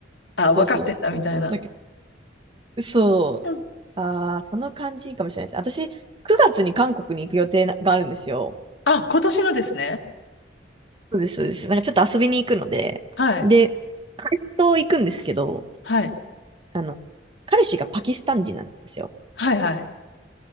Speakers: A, on the left; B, on the right.
A: あ、わかってんだみたいな。
B: そうそうそうそう。だけど、そう。
A: うん
B: ああ、その感じいいかもしれないです。私、9月に韓国に行く予定ながあるんですよ。
A: あ、今年のですね。
B: そうです、そうです。なんかちょっと遊びに行くので、
A: はい。
B: で、彼と行くんですけど、
A: はい。
B: あの、彼氏がパキスタン人なんですよ。
A: はいはい。